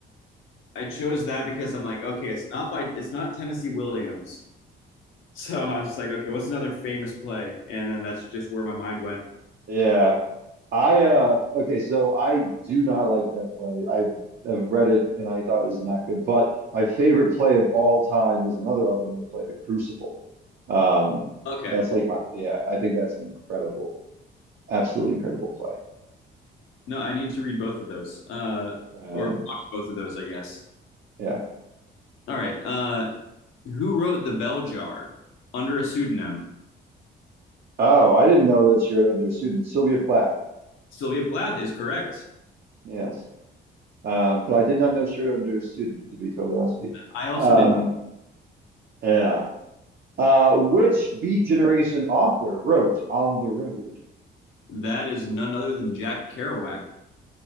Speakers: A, on the left; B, on the right.
A: I chose that because I'm like, okay, it's not by it's not Tennessee Williams. <laughs> So I was just like, okay, what's another famous play? And then that's just where my mind went.
B: Yeah. I uh okay, so I do not like that play. I have read it and I thought it is not good. But my favorite play of all time is another automated play, The Crucible. Um
A: Okay,
B: that's like my yeah, I think that's an incredible, absolutely incredible play.
A: no, I need to read both of those, uh,
B: Uh,
A: or watch both of those, I guess.
B: yeah.
A: All right. Uh, who wrote The Bell Jar under a pseudonym?
B: Oh, I didn't know that Shirley under student. Sylvia Plath.
A: Sylvia Plath is correct.
B: Yes. Um, but I did not know Shirley under student, to be totally honest with you.
A: I also
B: Um,
A: did.
B: yeah. Uh, which Beat Generation author wrote On the Road?
A: That is none other than Jack Kerouac.